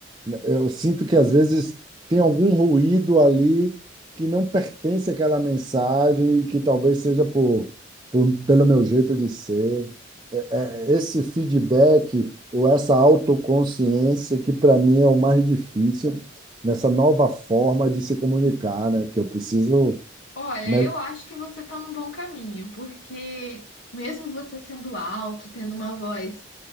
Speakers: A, on the right; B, on the left.
A: Eu sinto que às vezes tem algum ruído ali que não pertence àquela mensagem, que talvez seja por, por- pelo meu jeito de ser é, esse feedback ou essa autoconsciência que para mim é o mais difícil nessa nova forma de se comunicar, né? Que eu preciso.
B: Olha,
A: me-
B: eu acho que você está num bom caminho, porque mesmo você sendo alto, tendo uma voz